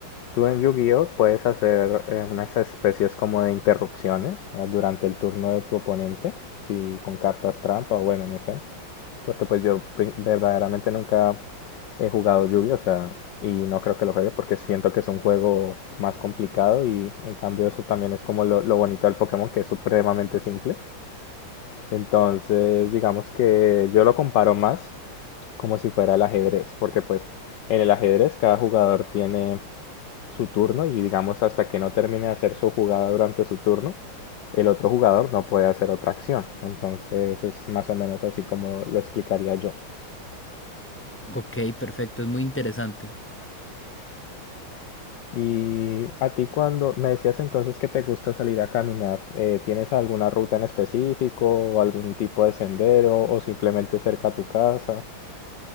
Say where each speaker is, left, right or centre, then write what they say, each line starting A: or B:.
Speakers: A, on the left (about 60°); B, in the centre.
A: Tú en Yu-Gi-Oh! puedes hacer eh, unas especies como de interrupciones eh, durante el turno de tu oponente, si con cartas trampa o bueno, no sé. Porque pues yo pri- verdaderamente nunca he jugado Yu-Gi-Oh! O sea, y no creo que lo juegue porque siento que es un juego más complicado y en cambio eso también es como lo, lo bonito del Pokémon, que es supremamente simple. Entonces, digamos que yo lo comparo más como si fuera el ajedrez, porque pues en el ajedrez cada jugador tiene su turno y digamos hasta que no termine de hacer su jugada durante su turno, el otro jugador no puede hacer otra acción. Entonces es más o menos así como lo explicaría yo.
B: Ok, perfecto, es muy interesante.
A: Y a ti cuando me decías entonces que te gusta salir a caminar, eh, ¿tienes alguna ruta en específico o algún tipo de sendero o simplemente cerca a tu casa?